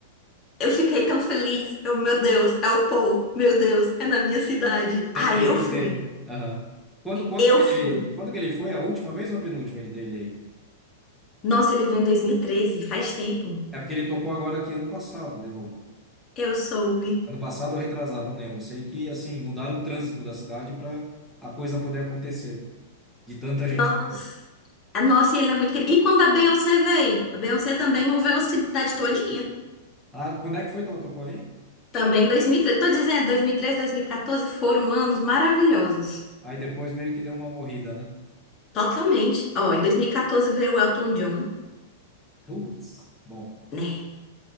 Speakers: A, on the left; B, in the centre.
A: Eu fiquei tão feliz. Eu, meu Deus, é o Paul. Meu Deus, é na minha cidade.
B: Tem,
A: Aí
B: tem
A: eu
B: que
A: fui.
B: ser, né? Aham. Quando, quando
A: Eu
B: que
A: fui.
B: ele, quando que ele foi? A última vez ou a penúltima ele teve aí?
A: Nossa, ele veio em 2013. faz tempo.
B: É porque ele tocou agora aqui ano passado, de novo.
A: Eu soube.
B: Ano passado ou retrasado, não lembro. Eu sei que, assim, mudaram o trânsito da cidade para a coisa poder acontecer. De tanta gente
A: Nossa.
B: que foi.
A: Ah, Nossa, e ele é muito querido. E quando a Beyoncé veio? A Beyoncé também moveu a cidade todinha.
B: Ah, quando é que foi que ela tocou aí?
A: Também em 2013. Tô dizendo, dois dois mil mil e treze, dois mil e 2014 foram anos maravilhosos.
B: Aí depois meio que deu uma morrida, né?
A: Totalmente. Ó, em 2014 veio o Elton John,
B: Putz, bom,
A: né?